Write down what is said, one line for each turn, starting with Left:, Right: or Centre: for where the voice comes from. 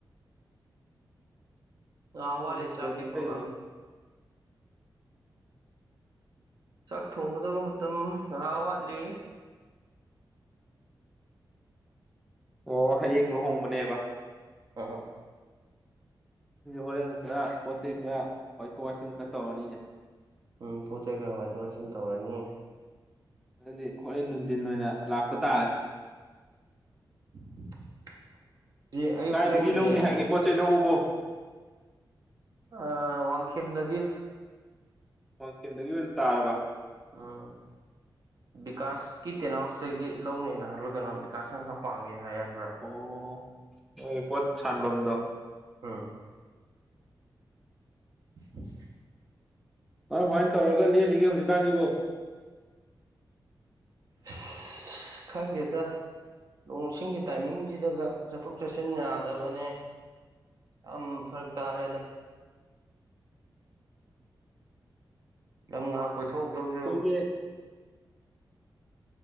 Right: ꯉꯋꯥ
Centre: ꯂꯩꯔꯤꯅꯣ
Right: ꯂꯤꯁꯥꯀꯤ ꯄ꯭ꯔꯣꯒꯒꯥꯝ ꯆꯥꯛ ꯊꯣꯡꯒꯗꯕ ꯃꯇꯝ ꯉꯍꯥ ꯋꯥꯠꯂꯤ
Centre: ꯑꯣ ꯍꯌꯦꯡ ꯂꯨꯍꯣꯡꯕꯅꯦꯕ
Right: ꯎꯝ
Centre: ꯍꯣꯔꯦꯟ ꯈꯔ ꯄꯣꯠ ꯆꯩꯩ ꯈꯔ ꯋꯥꯏꯊꯣꯛ ꯋꯥꯏꯁꯤꯟ ꯈꯔ ꯇꯧꯔꯅꯤꯅꯦ
Right: ꯎꯝ ꯄꯣꯠ ꯆꯩ ꯈꯔ ꯋꯥꯏꯊꯣꯛ ꯋꯥꯏꯁꯤꯟ ꯇꯧꯔꯅꯤ
Centre: ꯑꯗꯨꯗꯤ ꯍꯣꯔꯦꯟ ꯅꯨꯡꯊꯤꯟ ꯑꯣꯏꯅ ꯂꯥꯛꯄ ꯇꯥꯔꯦ
Right: <unintelligible> ꯁꯤ ꯑꯌꯨꯛ
Centre: ꯀꯥꯏꯗꯒꯤ
Right: ꯂꯧꯔꯨꯁꯦꯅ
Centre: ꯂꯧꯅꯤ ꯍꯥꯏꯒꯦ ꯄꯣꯠ ꯆꯩ ꯂꯧꯕꯕꯣ
Right: ꯑ ꯋꯥꯡꯈꯦꯝꯗꯒꯤ
Centre: ꯋꯥꯡꯈꯦꯝꯗꯒꯤ ꯑꯣꯏꯅ ꯇꯥꯔꯕ
Right: ꯎꯝ ꯕꯤꯀꯥꯁꯀꯤ ꯇꯦꯟꯅꯥꯍꯎꯁꯇꯒꯤ ꯂꯧꯅꯦꯩꯅ ꯍꯥꯏꯕ꯭ꯔ ꯀꯩꯅꯣ ꯕꯤꯀꯥꯁꯅ ꯈꯔ ꯄꯥꯡꯒꯦ ꯍꯥꯏ ꯍꯥꯏꯕ꯭ꯔꯥ
Centre: ꯑꯣ ꯅꯣꯏ ꯄꯣꯠ ꯁꯥꯟꯐꯝꯗꯣ
Right: ꯎꯝ <inaudible>
Centre: ꯑꯣꯏ ꯁꯨꯃꯥꯏꯅ ꯇꯧꯔꯒ ꯂꯦꯜꯂꯤꯒꯦ ꯍꯧꯖꯤꯛꯀꯥꯟꯁꯤꯕꯣ
Right: ꯑ ꯈꯪꯗꯦꯗ ꯅꯣꯡꯁꯤꯡꯒꯤꯤꯡ ꯇꯥꯏꯃꯤꯡꯁꯤꯗꯒ ꯆꯠꯊꯣꯛ ꯆꯠꯁꯤ ꯁꯤꯟ ꯌꯥꯗꯕꯅꯦ ꯌꯥꯝ ꯐꯔꯛ ꯇꯥꯔꯦꯗ ꯂꯝ ꯉꯥꯏꯍꯥꯛ ꯀꯣꯏꯊꯣꯛꯎꯗꯧꯁꯨ
Centre: ꯑꯩꯈꯣꯏꯁꯦ